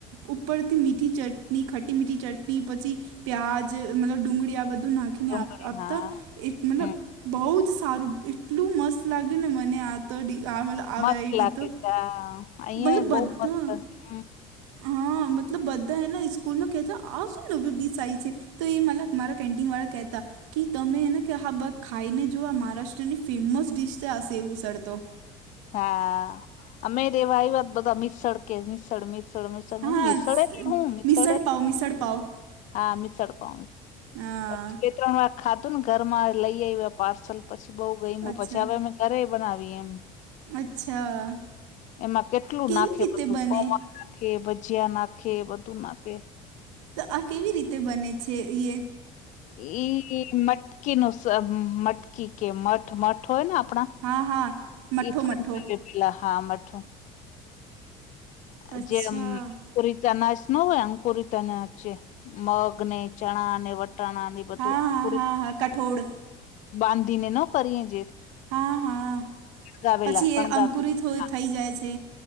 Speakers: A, on the right (about 85°); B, on the left (about 55°).
A: ઉપરથી મીઠી ચટની, ખટી-મીઠી ચટની પછી પ્યાજ મતલબ ડુંગળી આ બધું નાખીને
B: ડુંગળી
A: આપ આપતા.
B: હા
A: એક મતલબ
B: હમ
A: બહું જ સારું, એટલું મસ્ત લાગ્યું ને મને. આ તડી આ <unintelligible>
B: મસ્ત લાગે
A: તો
B: છે હા. અહીંયાઈ
A: મતલબ
B: બહું
A: બધા
B: મસ્ત, હમ્મ.
A: હા મતલબ બધા એના સ્કૂલના કહેતા, આ શું નવી ડીશ આઈ છે? તો ઈ મતલબ મારા કેન્ટિન વાળા કહેતા. કે તમે એને કે હા બ ખાઈને જો આ મહારાષ્ટ્રની ફેમસ ડિશ શે આ સેવ ઉસળ તો
B: હા અમે રેવા આયવા બધા મિસળ કે મિસળ મી મિસળ મિસળ નહી
A: હા
B: મિસળ
A: સ-
B: એટલે હું મિસળ એટલે
A: પાવ
B: હું
A: મિસળ પાવ
B: હા મિસળ પાઉ
A: હા
B: પછી બે ત્રણ વાર ખાધું ને ઘર માં લઈ આયવા પાર્સલ પછી બહુ ગઈમુ
A: અચ્છા
B: પછી હવે અમે ઘરે બનાવી એમ
A: અચ્છા
B: એમાં કેટલું
A: કેવી
B: નાખે
A: રીતે
B: બધું
A: બને
B: પૌંઆ નાખે ભજીયા નાખે બધું નાખે
A: તો આ કેવી રીતે બને છે ઈએ
B: ઈ મટકી નું સ મટકી કે મઠ મઠ હોય ને આપણા
A: હા હા. મઠ્ઠો
B: એ <unintelligible>
A: મઠ્ઠો
B: પેલા હા મઠું આ
A: અચ્છા
B: જેમ કુરિતા નાશ નો હોય અંકુરિત અનાજ છે મગ ને ચણા ને વટાણાને બધું
A: હા
B: અંકુરિત
A: હા હા હા કઠોળ
B: બાંધીને ન કરીએ જે
A: હા હા
B: ફણગાવેલા
A: પછી
B: ફણગાવેલા
A: એ અંકુરિત હોય
B: હા
A: થઈ જાય છે